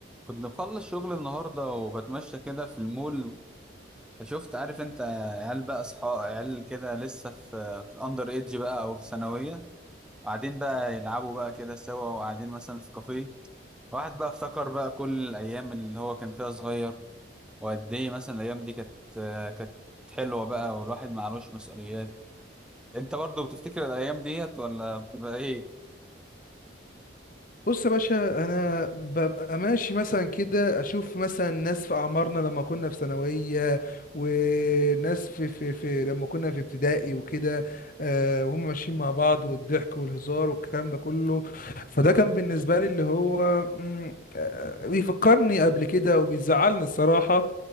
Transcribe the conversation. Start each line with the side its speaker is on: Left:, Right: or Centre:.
Centre: كنت مخلص شغل النهاردة وبتمشى كده في المول فشفت عارف انت عيال بقى اصحاب عيال كده لسه في في اندر ايدج بقى او في ثانوية قاعدين بقى يلعبوا بقى كده سوا وقاعدين مثلا في كافيه واحد بقى افتكر بقى كل الايام اللي هو كان فيها صغير وقد ايه مثلا الايام دي كانت كانت حلوة بقى والواحد معلوش مسؤوليات انت برضو بتفتكر الايام ديت ولا بتبقى ايه
Left: بص يا باشا انا ببقى ماشي مثلا كده اشوف مثلا ناس في اعمارنا لما كنا في ثانويه وناس في في في لما كنا في ابتدائي وكده آه، وهم ماشيين مع بعض والضحك والهزار والكلام ده كله فده كان بالنسبه لي اللي هو مم، آه، بيفكرني قبل كده وبيزعلني الصراحه